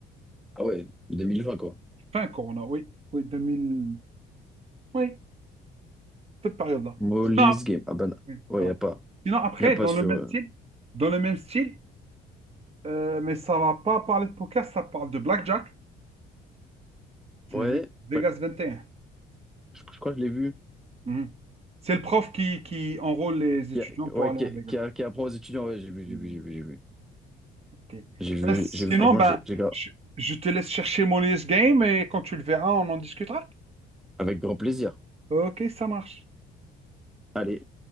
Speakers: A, in the centre; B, on the right (about 35°).
A: Ah ouais, 2020 quoi.
B: Fin Corona, oui. Oui, 2000. Oui, cette période-là.
A: Molly's
B: Sinon, ah,
A: Game. Ah ben,
B: oui,
A: ouais,
B: voilà.
A: y a pas.
B: Sinon, après,
A: Y a pas
B: dans
A: sur.
B: le même
A: euh,
B: style, dans le même style, euh, mais ça va pas parler de poker, ça parle de blackjack. C'est
A: Ouais,
B: Ve- Vegas
A: ouais,
B: vingt et un.
A: je, je crois que je l'ai vu.
B: Mhm. C'est le prof qui, qui enrôle les étudiants
A: Qui a-
B: pour
A: ouais,
B: aller
A: qui,
B: avec.
A: qui, qui apprend aux étudiants. Ouais, j'ai vu,
B: Mhm.
A: j'ai vu, j'ai vu, j'ai vu.
B: Ok.
A: J'ai vu,
B: Ben, sinon,
A: j'ai vu, franchement,
B: ben,
A: j'ai, j'ai gra-
B: je, je te laisse chercher mon US Game et quand tu le verras, on en discutera.
A: avec grand plaisir.
B: Ok, ça marche.
A: Allez,